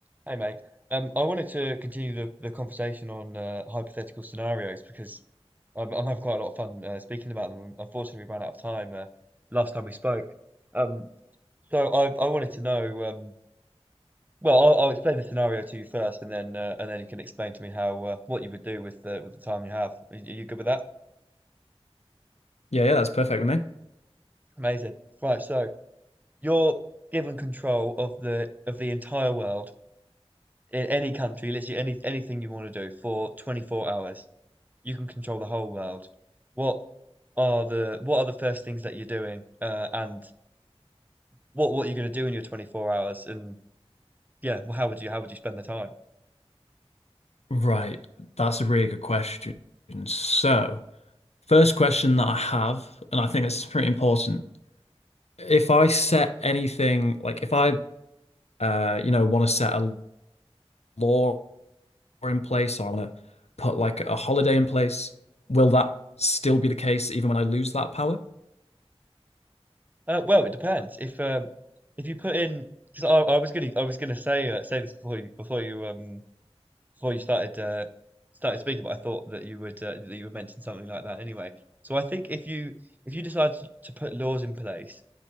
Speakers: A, on the right; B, on the left.
A: Hey mate, um, I wanted to continue the, the conversation on uh, hypothetical scenarios because I'm, I'm having quite a lot of fun uh, speaking about them. Unfortunately, we ran out of time uh, last time we spoke. Um, so I, I wanted to know. Um, well, I'll, I'll explain the scenario to you first, and then uh, and then you can explain to me how uh, what you would do with the with the time you have. Are you good with that?
B: Yeah, yeah, that's perfect with me.
A: Amazing. Right. So you're given control of the of the entire world in any country, literally any anything you want to do for 24 hours. you can control the whole world. What are the what are the first things that you're doing? Uh, and what what are you going to do in your 24 hours? And yeah, well, how would you how would you spend the time?
B: Right, that's a really good question. So, first question that I have, and I think this is pretty important. If I set anything, like if I, uh, you know, want to set a law in place or I want to put like a holiday in place, will that still be the case even when I lose that power?
A: Uh, well, it depends. If um if you put in because I, I was gonna I was gonna say uh, say this before you before you um before you started uh started speaking, but I thought that you would uh, that you would mention something like that anyway. So I think if you if you decide to, to put laws in place,